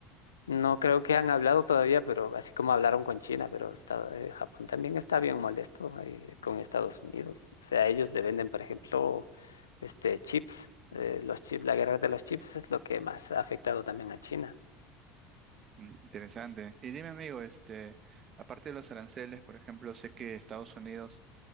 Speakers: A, on the left (about 80°); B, on the right (about 40°).
A: no creo que han hablado todavía, pero así como hablaron con China, pero está- eh, Japón también está bien molesto eh, con Estados Unidos. O sea, ellos le venden, por ejemplo, este chips, eh, los chips, la guerra de los chips es lo que más ha afectado también a China.
B: Mm, Interesante. Y dime, amigo, este, aparte de los aranceles, por ejemplo, sé que Estados Unidos